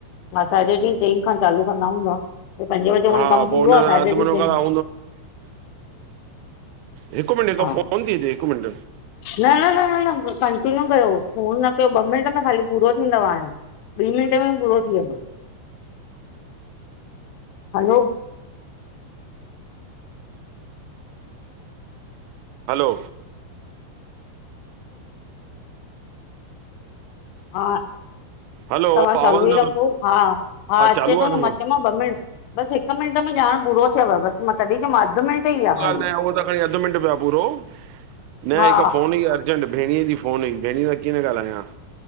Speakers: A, on the left (about 80°); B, on the right (about 90°).
A: हा साढे ट्री चईं खां चालू कंदा हूंदा भई पंजे बजे उवई
B: हा
A: कमु
B: पोइ
A: पूरो
B: हुन
A: आहे
B: सां
A: साढे
B: अधु मुनो
A: ट्री चईं
B: कलाक
A: खां
B: हिकु मिंट हिकु
A: हा।
B: फोन थी अचे हिकु मिंट
A: न न न न न कंटीन्यू कयो फोन न कयो ॿ मिंट में ख़ाली पूरो थींदव हाणे ॿीं मिंटे में पूरो थी वेंदो हलो
B: हलो
A: हा,
B: हलो
A: तव्हां चालू
B: आवाज़ु
A: ई
B: नथो
A: रखो हा हा अचे
B: चालू
A: थो
B: आहे
A: न मा
B: फ़ोन
A: चयोमाँव ॿ मिं बसि हिकु मिंट में ॼाण पूरो थियव बसि मां तॾहिं चयोमांव अधु मिंट ई
B: कोई
A: खाली
B: ॻाल्हि न आहे उहो त खणी अधु मिंट पयो आ पूरो न
A: हा
B: हिकु फोन हुई अर्जेंट भेणीअ जी फोन हुई भेणए सां कीअं न ॻाल्हायां